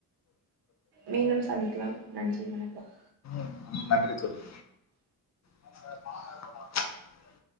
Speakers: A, on the right (about 90°); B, on the left (about 45°).
A: மீண்டும் சந்திக்கலாம் நன்றி வணக்கம்
B: உம் நன்றி தோழி <unintelligible>